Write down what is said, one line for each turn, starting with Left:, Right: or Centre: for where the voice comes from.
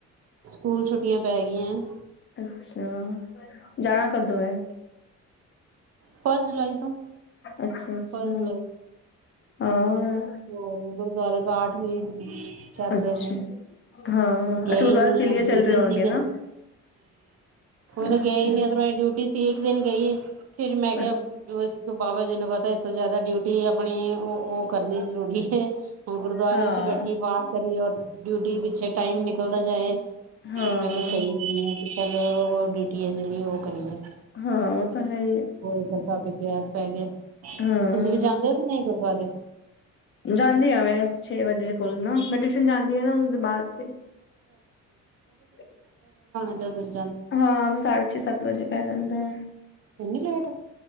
Right: ਸਕੂਲ ਛੁੱਟੀਆਂ ਪੈ ਗਈਆਂ ਹੈ
Left: ਅੱਛਾ ਜਾਣਾ ਕਦੋ ਹੈ
Right: ਫਸਟ ਜੁਲਾਈ ਤੋਂ
Left: ਅੱਛਾ ਅੱਛਾ
Right: ਹਮ
Left: ਹਾਂ
Right: ਹੋਰ ਗੁਰਦੁਆਰੇ ਪਾਠ ਵੀ ਚੱਲ
Left: ਅੱਛਾ
Right: ਰਹੇ ਨੇ
Left: ਹਾਂ
Right: ਗਏ
Left: ਅੱਛਾ ਗੁਰਦੁਆਰੇ
Right: ਨੀ
Left: ਚਲੀਏ
Right: ਡਿਊਟੀ
Left: ਚੱਲ ਰਹੇ ਹੋਣਗੇ
Right: ਸੀ ਹਮ
Left: ਨਾ
Right: ਨੂੰ
Left: ਅੱਛਾ
Right: ਗਏ ਨੀ ਇਧਰੋਂ ਡਿਊਟੀ ਸੀ ਇੱਕ ਦਿਨ ਗਈਏ ਫੇ <unintelligible> ਰ ਮੈਂ ਕਿਹਾ
Left: ਅੱਛਾ
Right: ਉਸ ਤੋਂ ਬਾਬਾ ਜਨ ਤਾਂ ਇਸ ਤੋਂ ਜ਼ਿਆਦਾ ਡਿਊਟੀ ਆਪਣੀ ਉਹ ਉਹ ਕਰਨੀ ਜ਼ਰੂਰੀ ਹੈ ਗੁਰਦੁਆਰੇ
Left: ਹਾਂ
Right: ਚ ਬੈਠੀਏ ਪਾਠ ਕਰੀਏ ਡਿਊਟੀ ਪਿੱਛੇ ਟਾਈਮ ਨਿਕਲਦਾ ਜਾਏ
Left: ਹਾਂ
Right: ਫਿਰ ਮੈਂ ਤੇ ਸਹੀ ਨ ਆ ਕਿ ਚੱਲ ਉਹ ਡਿਊਟੀ ਹੈ ਜਿਹੜੀ ਉਹ ਕਰੀ ਆ <unintelligible>
Left: ਹਾਂ ਉਹ ਤਾਂ ਹੈ
Right: ਹੋਰ ਫਿਰ ਕਾਫੀ ਤੇ ਪੈ ਗਿਆ
Left: ਹਮ
Right: ਤੁਸੀਂ ਵੀ ਜਾਂਦੇ ਹੋ ਕਿ ਨਹੀਂ ਗੁਰਦੁਆਰੇ
Left: ਜਾਂਦੀ ਹਾਂ ਮੈਂ ਛੇ ਵਜੇ ਲ ਬ <unintelligible> ਛਣ ਜਾਂਦੀਆਂ ਨਾ ਉਸਦੇ ਬਾਅਦ ਦੇ <unintelligible>
Right: ਜ <unintelligible>
Left: ਹਾਂ ਸਾਢੇ ਛੇ ਸਤ ਵਜੇ ਪੈ ਜਾਂਦਾ ਹੈ
Right: ਇੰਨੀ ਲੇਟ